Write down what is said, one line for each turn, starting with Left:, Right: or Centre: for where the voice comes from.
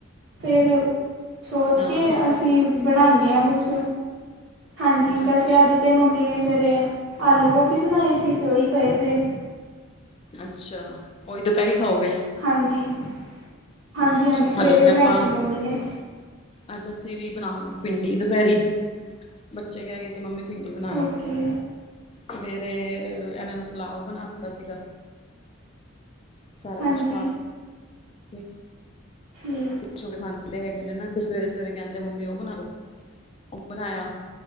Right: ਫੇਰ। ਸੋਚ
Left: ਹਾਂ
Right: ਕੇ ਅਸੀਂ ਬਣਾਨੇ ਆਂ ਕੁਛ। ਹਾਂਜੀ ਵੈਸੇ
Left: ਅੱਛਾ
Right: ਅੱਜ ਤੇ ਮੰਮੀ ਨੇ ਸਵੇਰੇ ਆਲੂ ਗੋਭੀ ਬਣਾਏ ਸੀ ਤੇ ਓਹੀ ਪਏ ਜੇ।
Left: ਅੱਛਾ ਓਈ ਦੁਪਹਿਰੀ ਖਾਓਗੇ।
Right: ਹਾਂਜੀ-ਹਾਂਜੀ-ਹਾਂਜੀ
Left: ਅੱਛਾ
Right: ਸਵੇਰੇ
Left: ਹਲੇ
Right: ਬਣਾਈ
Left: ਤੇ ਆਪਾਂ
Right: ਸੀ ਮੰਮੀ ਨੇ।
Left: ਅੱਜ ਅਸੀਂ ਵੀ ਬਣਾਵਾਂਗੇ ਪਿੰਡੀ ਦੁਪਹਿਰੀ ਬੱਚੇ ਕਹਿ ਗਏ ਸੀ ਮੰਮੀ। ਭਿੰਡੀ ਬਣਾਣਾ,
Right: ਓਕੇ
Left: ਸਵੇਰੇ ਇਹਨਾਂ ਨੂੰ ਪੁੁਲਾਵ ਬਣਾ ਦਿੱਤਾ ਸੀਗਾ। ਸਾਰਾ
Right: ਹਾਂਜੀ
Left: ਕੁਛ ਪਾਕੇ
Right: ਠੀਕ
Left: ਛ ਖਾਂਦੇ ਹੈਗੇ ਨੇ ਨਾ ਸਵੇਰੇ ਸਵੇਰੇ ਕਹਿੰਦੇ ਮੰਮੀ ਉਹ ਬਣਾ ਦੋ ਉਹ ਬਣਾਇਆ।